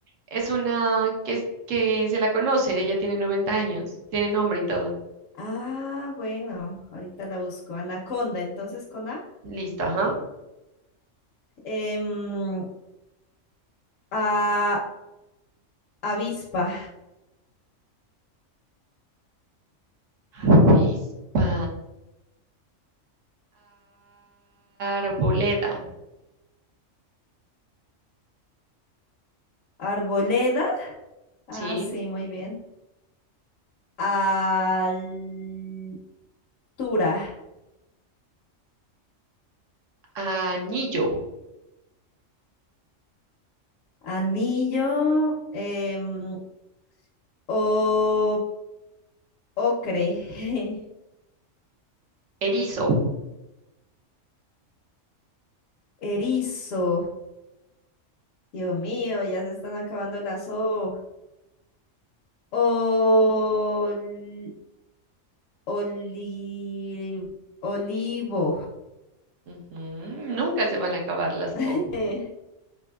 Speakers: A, on the right (about 75°); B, on the left (about 80°).
A: es una que, es- que se la conoce. Ella tiene 90 años. Tiene nombre y todo.
B: Ah, bueno, ahorita la busco. Anaconda, entonces con A.
A: Listo, ajá.
B: Em, a- avispa,
A: Avispa. Arboleda,
B: arboleda. Ah,
A: ¿sí?
B: sí, muy bien. Altura.
A: Anillo,
B: Anillo. em, o, ocre. <laughs>
A: erizo.
B: Erizo. Dios mío, ya se están acabando las O. Ol- oli- olivo.
A: Ujú, Nunca se van a acabar las
B: <laughs>
A: O.